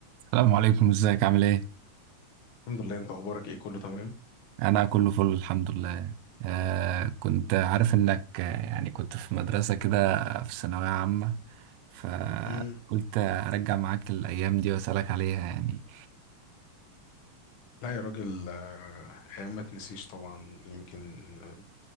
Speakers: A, on the right (about 85°); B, on the left (about 55°).
A: السلام عليكم ازيك عامل ايه
B: الحمد لله انت اخبارك ايه كله تمام
A: انا كله فل الحمد لله آه كنت عارف انك آه، يعني كنت في مدرسة كده في ثانوية عامة فقلت
B: مم.
A: ارجع معاك الايام دي واسالك عليها يعني
B: لا يا راجل آه، ايام ما تنسيش طبعا يمكن آه،